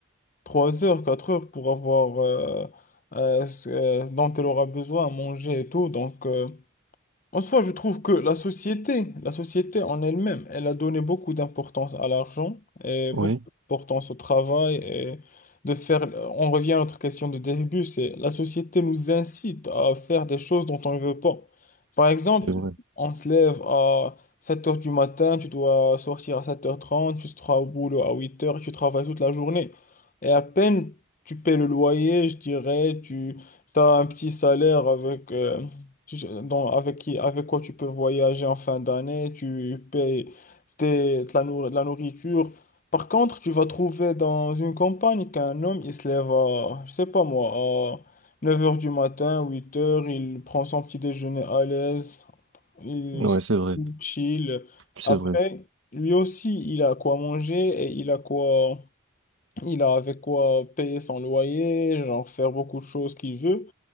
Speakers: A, on the left; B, on the right.
A: 3 heures, 4 heures pour avoir euh, euh, ce euh, dont elle aura besoin à manger et tout. Donc, euh, en soi, je trouve que la société, la société en elle-même, elle a donné beaucoup d'importance à l'argent et beaucoup
B: Oui,
A: d'importance au travail et de faire. On revient à notre question de début, c'est la société nous incite à faire des choses dont on ne veut pas. Par exemple,
B: c'est vrai.
A: on se lève à 7 heures du matin, tu dois sortir à sept heures trente tu seras au boulot à huit heures tu travailles toute la journée. Et à peine tu paies le loyer, je dirais, tu as un petit salaire avec. euh, tu sais, donc, avec qui, avec quoi tu peux voyager en fin d'année, tu payes tes- de la, nour- de la nourriture. Par contre, tu vas trouver dans une campagne qu'un homme, il se lève à, je sais pas moi, à 9h du matin, huit heures il prend son petit déjeuner à l'aise, il
B: Ouais,
A: se
B: c'est vrai.
A: chill.
B: C'est
A: Après,
B: vrai.
A: lui aussi, il a quoi manger et il a quoi, il a avec quoi payer son loyer, genre faire beaucoup de choses qu'il veut.